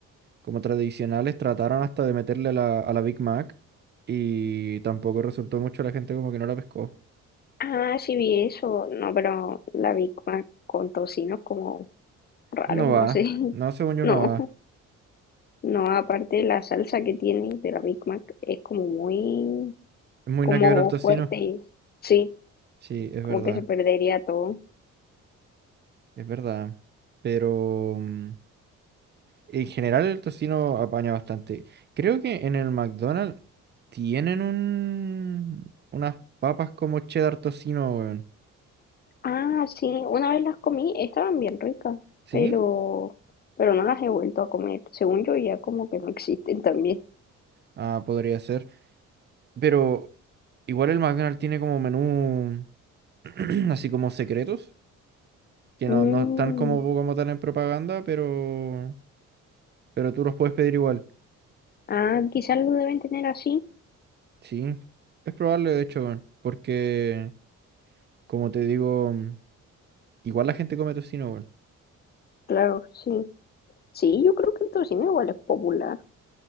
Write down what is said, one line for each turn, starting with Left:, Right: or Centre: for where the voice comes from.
Right: como tradicionales trataron hasta de meterle la- a la Big Mac y tampoco resultó mucho, la gente como que no la pescó.
Left: Ah, sí vi eso. No, pero la Big Mac con tocino es como raro,
Right: No
Left: no
Right: va,
Left: sé. <laughs>
Right: no, según yo
Left: No,
Right: no va.
Left: no, aparte la salsa que tiene de la Big Mac es como muy,
Right: Es muy
Left: como
Right: nada que ver al tocino.
Left: fuerte. Sí,
Right: Sí, es
Left: como
Right: verdad,
Left: que se perdería todo.
Right: es verdad. Pero mm, en general el tocino apaña bastante. Creo que en el McDonald's tienen un, unas papas como cheddar tocino, weón.
Left: Ah, sí, una vez las comí, estaban bien ricas,
Right: ¿Sí?
Left: pero, pero no las he vuelto a comer. Según yo ya como que no existen también.
Right: Ah, podría ser. Pero igual el McDonald's tiene como menú <clears throat> así como secretos, que no,
Left: Mm,
Right: no están como, como tal en propaganda, pero, pero tú los puedes pedir igual.
Left: ah, quizás lo deben tener así.
Right: Sí, es probable de hecho, weón, porque como te digo, mm, igual la gente come tocino, weón.
Left: Claro, sí. Sí, yo creo que el tocino igual es popular.